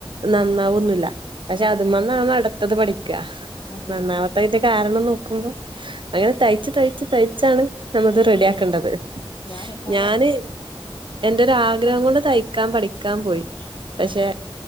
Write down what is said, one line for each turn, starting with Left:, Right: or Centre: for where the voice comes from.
Right: നന്നാവൊന്നുമില്ല
Left: ഉം ഉം
Right: പക്ഷെ അത്
Left: ആഹ്
Right: മ്മന്നാണ് അടുത്തത് പഠിക്കുക
Left: അതെ
Right: നന്നാവാ.
Left: അതെ
Right: തിന്റെ കാരണം നോക്കുമ്പോ അങ്ങനെ തയ്ച്ച് തയ്ച്ച് തയ്ച്ചാണ്. നമ്മത്
Left: ശരിയായിരുന്നു
Right: റെഡി ആക്കേണ്ടത്
Left: ഞാൻ എട്ടാം
Right: ഞാന്
Left: ക്ലാസ്സില്
Right: എന്റെ ഒരാഗ്രഹം
Left: ആഹ് പറഞ്ഞോ
Right: കൊണ്ട് തയ്ക്ക. ൻ പഠിക്കാൻ പോയി പക്ഷെ
Left: ആഹ്